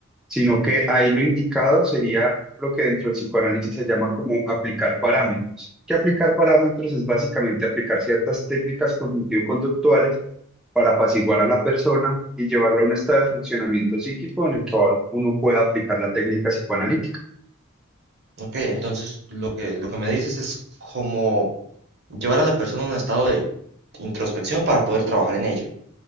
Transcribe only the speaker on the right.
Ok, entonces lo que, lo que me dices es como llevar a la persona a un estado de introspección para poder trabajar en ello,